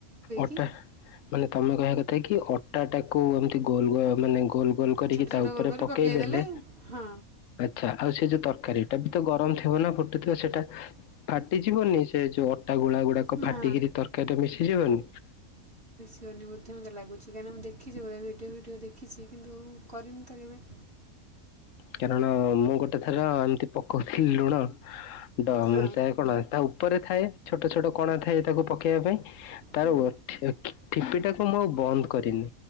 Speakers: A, on the left; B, on the right.
A: ଅଟା
B: କି
A: ମାନେ ତମେ କହିବା କଥା କି ଅଟା ଟାକୁ ଏମିତି ଗୋଲ ଗୋ ମାନେ ଗୋଲ। ଗୋଲ କରିକି
B: ଛୋଟ ଛୋଟ
A: ତା ଉପରେ
B: ଗୋଲ କରି
A: ପକେଇଦେଲେ।
B: ପକାଇଦେଲେ ହଁ
A: ଆଚ୍ଛା ଆଉ ସେଇ ଯୋଉ ତରକାରୀ ଟା ବି ତ ଗରମ ଥିବ ନା ଫୁଟୁଥିବ ସେଇଟା। ଫାଟିଯିବନି ସେ ଯୋଉ ଅଟା ଗୁଳା ଗୁଡାକ
B: ନା
A: ଫାଟିକିରି ତରକାରୀରେ ମିଶିଯିବନି।
B: ଯିବନି ବୋଧେ ମତେ ଲାଗୁଛି କାହିଁକି ନା ମୁଁ ଦେଖିଛି <unintelligible> ଭିଡ଼ିଓ ଫିଡ଼ିଓ ଦେଖିଛି କିନ୍ତୁ କରିନି ତ କେବେ।
A: କାରଣ ମୁଁ ଗୋଟେ ଥର ଏମିତି ପକଉଥିଲି ଲୁଣ। ଡ
B: ହଁ
A: ଥାଏ କଣ ତା ଉପରେ ଥାଏ ଛୋଟ ଛୋଟ କଣା ଥାଏ ତାକୁ ପକେଇବା ପାଇଁ ତାର
B: ହୁଁ
A: ଉ ଠେକି ଠିପି ଟାକୁ ମୁଁ ଆଉ ବନ୍ଦ କରିନି